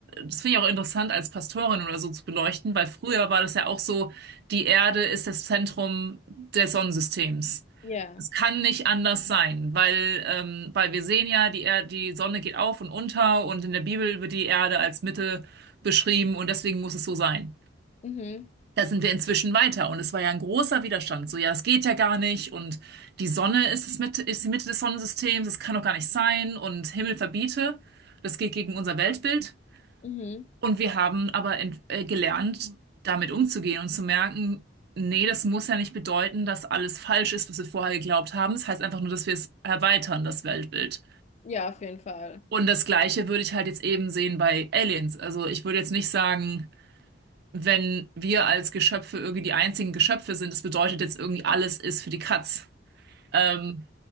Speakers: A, on the right; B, on the left.
A: das finde ich auch interessant als Pastorin oder so zu beleuchten, weil früher war das ja auch so, die Erde ist das Zentrum des Sonnensystems.
B: ja.
A: Es kann nicht anders sein, weil, ähm, weil wir sehen ja, die Er die Sonne geht auf und unter und in der Bibel wird die Erde als Mitte beschrieben und deswegen muss es so sein.
B: Mhm.
A: Da sind wir inzwischen weiter und es war ja ein großer Widerstand. So, ja, das geht ja gar nicht und die Sonne ist es mit, ist die Mitte des Sonnensystems, das kann doch gar nicht sein und Himmel verbiete, das geht gegen unser Weltbild.
B: Mhm.
A: Und wir haben aber ent- äh, gelernt, damit umzugehen und zu merken, nee, das muss ja nicht bedeuten, dass alles falsch ist, was wir vorher geglaubt haben. Das heißt einfach nur, dass wir es erweitern, das Weltbild.
B: Ja, auf jeden Fall.
A: Und das Gleiche würde ich halt jetzt eben sehen bei Aliens. Also ich würde jetzt nicht sagen, wenn wir als Geschöpfe irgendwie die einzigen Geschöpfe sind, das bedeutet jetzt irgendwie alles ist für die Katz. Ähm,